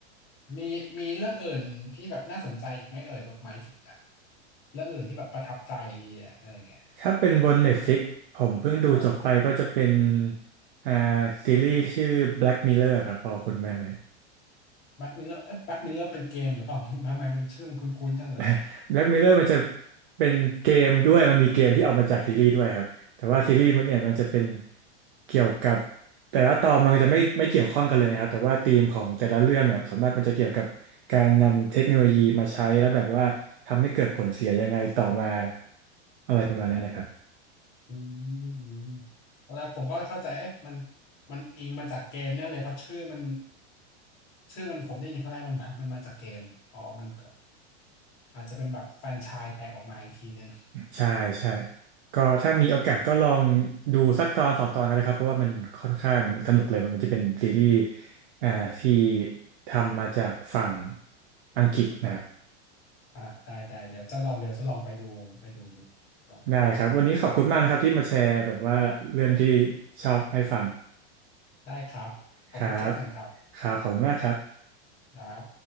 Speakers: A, on the left (about 30°); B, on the right (about 50°).
A: มีมีเรื่องอื่นที่แบบน่าสนใจอีกไหมเอ่ยแบบหมายถึงแบบเรื่องอื่นที่แบบประทับใจอะไรเงี้ย
B: ถ้าเป็นบน Netflix ผมเพิ่งดูจบไปก็จะเป็น
A: อ๋อ
B: อ่าซีรีส์ชื่อ Black Mirror ครับพอคุณแม่ไหม
A: แบ็กมิลเลอร์เอ้ยแบ็กมิลเลอร์เป็นเกมหรือเปล่า <laughs> ทำไมมันชื่อมันคุ้นๆจังเลย
B: <laughs> แบล็กเ r อร์มันจะเป็นเกมด้วยมันมีเกมที่เอามาจากซีรีส์ด้วยครับแต่ว่าซีรีส์มันเนี่ยมันจะเป็นเกี่ยวกับแต่ละตอนมันก็จะไม่ไม่เกี่ยวข้องกันเลยนะครับแต่ว่าธีมของแต่ละเรื่องอ่ะส่วนมากมันจะเกี่ยวกับการนำเทคโนโลยีมาใช้แล้วแบบว่าทำให้เกิดผลเสียยังไงต่อมาอะไรประมาณนั้นนะครับ
A: อืมตอนแรกผมก็เข้าใจเอ๊ะมันมันอิงมาจากเกมเนี่ยเลยเพราะชื่อมันชื่อมันผมได้ยินครั้งแรกมันมันมาจากเกมอ๋อมันก็อาจจะเป็นแบบแฟรนไชส์แตกออกมาอีกทีนึง
B: ใช่ใช่ก็ถ้ามีโอกาสก็ลองดูสักตอนสองตอนกันนะครับเพราะว่ามันค่อนข้างสนุกเลยมันจะเป็นซีรีส์อ่าที่ทำมาจากฝั่งอังกฤษนะครับ
A: อ่าได้ได้เดี๋ยวจะลองเดี๋ยวจะลองไปดูไปดูอยู่ลองไปดู
B: ได้ครับวันนี้ขอบคุณมากนะครับที่มาแชร์แบบว่าเรื่องที่ชอบให้ฟัง
A: ได้ครับ ขอบคุณเช่นกันครับ
B: ครับครับขอบคุณมากครับ
A: ครับ